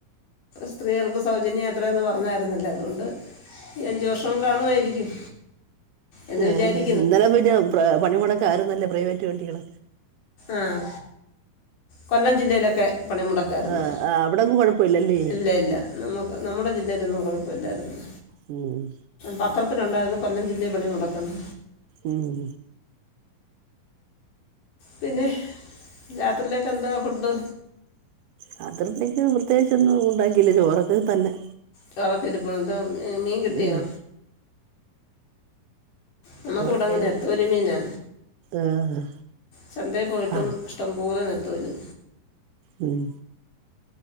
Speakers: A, on the left (about 60°); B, on the right (about 75°).
A: സ്ത്രീകൾക്ക് സൗജന്യം യാത്രയെന്ന് പറഞ്ഞായിരുന്നല്ലോ. അതുകൊണ്ട് ഈ അഞ്ച് വർഷോം കാണുവായിരിക്കും എന്ന്
B: ആഹ്
A: വിചാരി
B: ഇന്നലെ പിന്നെ പ്ര പണിമുടക്കായിരുന്നല്ലോ പ്രൈവറ്റ് വണ്ടികള്
A: ആഹ്, കൊല്ലം ജില്ലയിലൊക്കെ പണിമുടക്കായിരുന്നു.
B: ആഹ് ആഹ് അവിടൊന്നും കൊഴപ്പല്ലല്ലേ
A: ഇല്ല ഇല്ല നമ്മുക്ക് നമ്മുടെ ജില്ലയിലൊന്നും കൊഴപ്പമില്ലായിരുന്ന്.
B: ഉം ഉം
A: പത്രത്തിലുണ്ടായിരുന്നു കൊല്ലം ജില്ലയിൽ പണി മുടക്കന്ന്
B: ഉം
A: പിന്നെ രാത്രിയിലേക്ക് എന്താ ഫുഡ്?
B: രാത്രിത്തേക്ക് പ്രത്യേകിച്ചൊന്നും ഉണ്ടാക്കില്ല ചോറൊക്കെ തന്നെ.
A: ചോറൊക്കെ ഇരുപ്പൊണ്ടോ എന്താ മ മീൻ കിട്ടിയാ?
B: ഉം
A: നമ്മുക്ക്
B: ചോറൊക്കെ
A: ഇവിടങ്ങ് നെത്തോലി
B: ഉള്ളു
A: മീനാ.
B: ആഹ്
A: ച ന്തേപോയിട്ടും
B: ആഹ്
A: ഇഷ്ടംപോലെ നെത്തോലി.
B: ഉം.